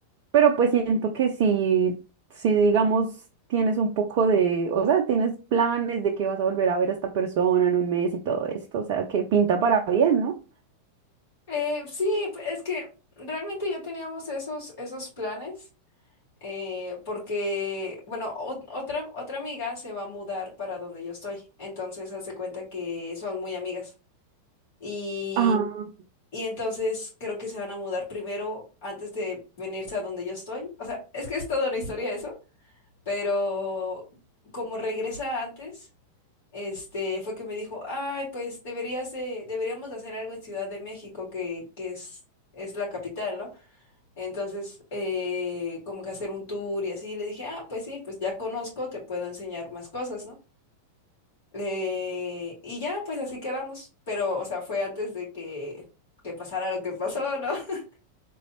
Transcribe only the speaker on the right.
pero pues siento que sí, sí, digamos, tienes un poco de, o sea, tienes planes de que vas a volver a ver a esta persona en un mes y todo esto, o sea, que pinta para bien, ¿no?
Ah,